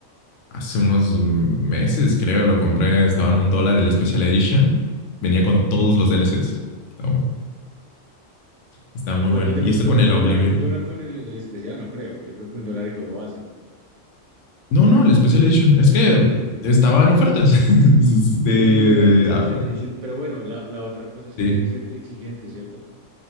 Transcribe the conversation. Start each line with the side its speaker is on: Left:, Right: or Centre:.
Left: hace unos meses, creo, lo compré, estaba en un dólar el Special Edition. Venía con todos los DLCs. Estaba- está muy
Right: ¿Cuánto
Left: bueno.
Right: te
Left: Y
Right: costó?
Left: esto con
Right: ¿Un
Left: el
Right: dólar?
Left: Oblivion.
Right: Un dólar con el, el especial, no creo. Yo creo que un dólar el juego base.
Left: No, no, el Special Edition. Es que estaba en ofertas <laughs> de,
Right: Un dólar el Special
Left: ah,
Right: Edition. Pero bueno, la, la otra cosa es
Left: sí,
Right: que debe ser exigente, ¿cierto? O